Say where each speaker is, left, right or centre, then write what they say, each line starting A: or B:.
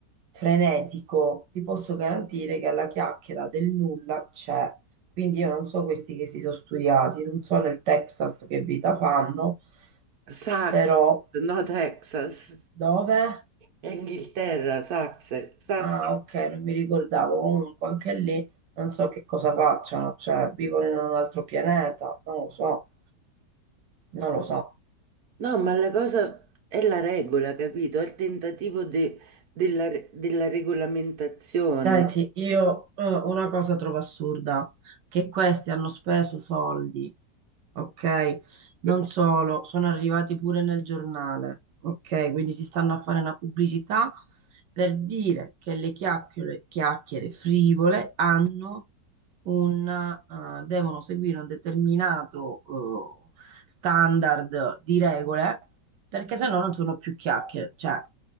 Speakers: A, on the right; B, on the right.
A: frenetico, ti posso garantire che alla chiacchiera del nulla c'è. Quindi io non so questi che si sono studiati, non so nel Texas che vita fanno,
B: Sax,
A: però
B: no Texas,
A: dove?
B: è Inghilterra, Sax, Sax.
A: Ah, ok, non mi ricordavo. Comunque anche lì non so che cosa facciano, cioè vivono in un altro pianeta, non lo so, non lo so.
B: No, ma la cosa è la regola, capito? È il tentativo de- della, re- della regolamentazione.
A: Senti, io eh, una cosa trovo assurda, che questi hanno speso soldi, ok? Non
B: <laughs>
A: solo, sono arrivati pure nel giornale, ok? Quindi si stanno a fare una pubblicità per dire che le chiacchiere, chiacchiere frivole hanno un, eh, devono seguire un determinato eh, standard di regole perché sennò non sono più chiacchiere. Cioè,